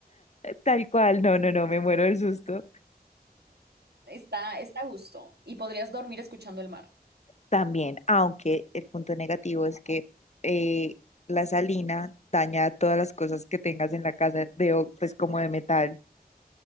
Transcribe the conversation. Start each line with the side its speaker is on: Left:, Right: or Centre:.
Left: Tal cual, no, no, no, me muero del susto.
Right: Está, está a gusto y podrías dormir escuchando el mar.
Left: También, aunque el punto negativo es que eh, la salina daña todas las cosas que tengas en la casa, de, o- pues como de metal.